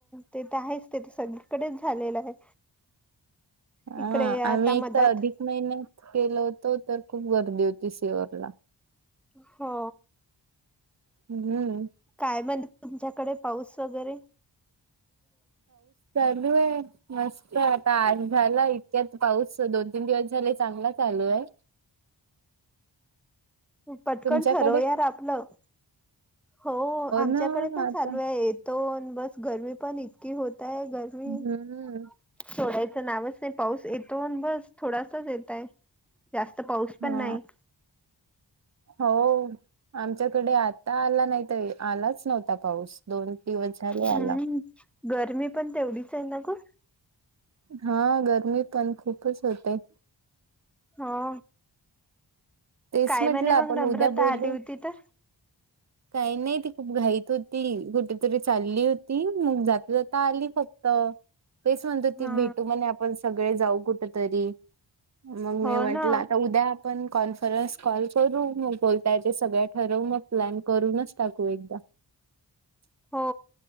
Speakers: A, in the centre; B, on the right.
A: ते तर आहेच ते तर सगळीकडेच झालेलं आहे.
B: हा
A: इकडे आता
B: आम्ही
A: मधात
B: एक तर अधिक महिन्यात. केलं होतो. तर खूप गर्दी होती सेअरला.
A: हो.
B: हम्म.
A: काय म्हण तुमच्याकडे पाऊस वगैरे?.
B: बधूय मस्त आहे आता आज झाला. त्यात पाऊस दोन-तीन दिवस झाले चांगला चालू आहे.
A: पटकन
B: तुमच्याकडे
A: ठरव यार आपलं. हो आमच्याकडे
B: ना
A: पण
B: आता
A: चालू आहे. येतो बस गर्मी पण इतकी होते. गरमी
B: हम्म
A: ोड्या <unintelligible> नावच नाही पाऊस येतो बस थोडासाच येतय. जास्त पाऊस पण
B: हा
A: नाही
B: हो आमच्याकडे आता आला नाहीत आलाच नव्हता. पाऊस दोन दिवस झाले
A: हम्म
B: आला.
A: गरमी पण तेवढीच आहे ना ग?
B: हा गरमी तर खूपच होते.
A: हो.
B: तेच
A: काय
B: म्हटलं
A: म्हणे
B: आपण
A: मग नम्रता
B: उद्या बोलू
A: आली होती तर
B: काही नाही ती खूप घाईत होती कुठेतरी चालली होती मग जाता जाता आली फक्त तर काहीच म्हणतो ती
A: हा
B: भेटू म्हणे आपण सगळे जाऊ कुठ तरी मग
A: हो
B: मी म्हटलं
A: ना
B: आता उद्या आपण कॉन खरंच कॉल करू मग बोलताय ते सगळ ठरवू मग प्लॅन करूनच टाकू एकदा <inaudible>
A: हो